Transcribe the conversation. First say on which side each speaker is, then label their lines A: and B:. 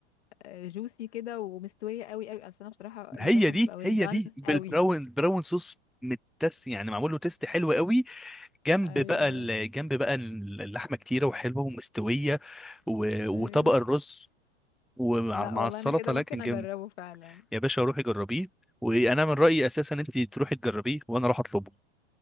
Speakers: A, on the left; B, in the centre.
A: جوسي كده ومستويه قوي قوي اصل انا بصراحه لازم
B: هي
A: حاجه
B: دي
A: تبقى ويل
B: هي
A: دان
B: دي بالبراون
A: قوي
B: براون صوص متس يعني معمول له تيست حلو قوي جنب
A: ايوه
B: بقى ال- جنب بقى اللحمه كتيره وحلوه ومستويه و- وطبق
A: ايوه
B: الرز ومع
A: لا
B: مع
A: والله
B: السلطه
A: انا كده
B: لكن
A: ممكن
B: جامد
A: اجربه فعلا
B: يا باشا روحي جربيه وانا من رايي اساسا انت تروحي تجربيه وانا اروح اطلبه